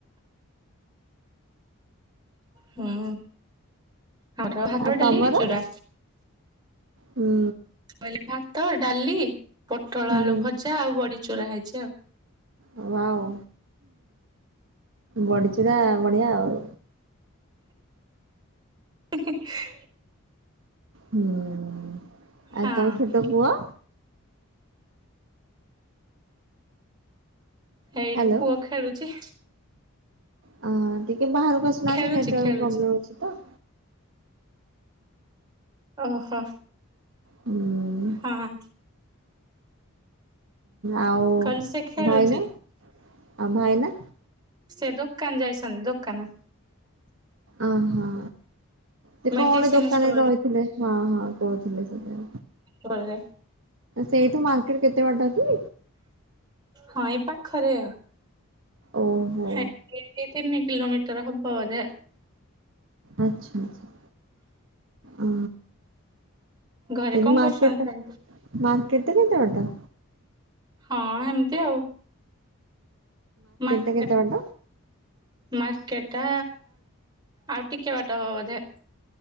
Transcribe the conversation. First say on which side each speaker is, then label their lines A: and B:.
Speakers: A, on the right; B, on the right.
A: ହୁଁ। ଆମର ଭାତ
B: ଆ
A: ଡାଲି
B: ତମର
A: ବଡ଼ି ଚୁରା
B: ହୁଁ?
A: କହିଲେ ଭାତ ଡାଲି ପୋଟଳ
B: ହୁଁ
A: ଆଳୁ ଭଜା ଆଉ ବଡି ଚୁରା ହେଇଛି ଆଉ।
B: ହ ଆଉ ବଡିଚୂୁରା ବଢିଆ ଆଉ।
A: ହି ହି।
B: ହୁଁ
A: ହଁ
B: ଆ ତମ ଛୋଟ ପୁଅ?
A: ଏଇଠି
B: ହ୍ୟାଲୋ
A: ପୁଅ ଖେଳୁଛି।
B: ଅ ଟିକେ ବାହାରକୁ ଆସୁନାହାନ୍ତି
A: ଖେଳୁଛି
B: ନେଟୱାର୍କ
A: ଖେଳୁଛି
B: ପ୍ରୋବ୍ଲେମ୍ମ ଅଛି ତ।
A: ଓହୋ
B: ହୁଁ
A: ହଁ।
B: ଆଉ
A: କହିଲି ସେ ଖେଳୁଛି
B: ଭାଇନା ଆଉ ଭାଇନା?
A: ସେ ଦୋକାନ ଯାଇଛନ୍ତି ଦୋକାନ।
B: ଅ ହଁ। ସେ
A: ମେଡିସିନ
B: କଣ ଗେ ଦୋକାନରେ
A: ଷ୍ଟୋରରେ
B: ରହିଥିଲେ ହଁ ହଁ କହୁଥିଲେ ସେଦିନ।
A: ଘରେ।
B: ସେଇଠୁ ମାର୍କେଟ କେତେ ବାଟ କି?
A: ହଁ ଏଇ ପାଖରେ।
B: ଓହୋ
A: ହେଟିକି ଏଠି ତିନି କିଲୋମିଟର ହବ ବୋଧେ।
B: ଆଚ୍ଛା ଆଚ୍ଛା ଓ
A: ଘରେ
B: ତି
A: କଣ
B: ମାର୍କେଟା
A: କରୁଛନ୍ତି?
B: ମାର୍କେଟା କେତେ ବାଟ।
A: ହଁ ହେମିତି ଆଉ। ମାର୍କେଟ
B: ଟା କେତେ ବାଟ?
A: ମାର୍କେଟା ଆଉ ଟିକେ ବାଟ ହବ ବୋଧେ।